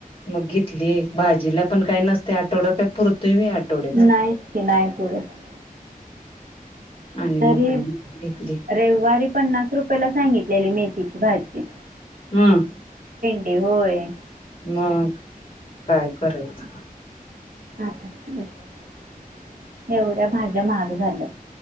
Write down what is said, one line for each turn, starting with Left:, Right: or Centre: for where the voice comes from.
Left: मग घेतली भाजीला पण काही नसतय आठवडं काय पुरत पुरतंय होय आठवड्याच.
Right: नाहीच की नाही पुरत
Left: आणि मग
Right: तरी
Left: घेतली
Right: रविवारी पन्नास रुपयाला सांगितलेली मेथीची भाजी.
Left: हम्म.
Right: <unintelligible> होय.
Left: मग काय करायचं.
Right: आता <unintelligible> एवढ्या भाज्या माहाग झाल्यात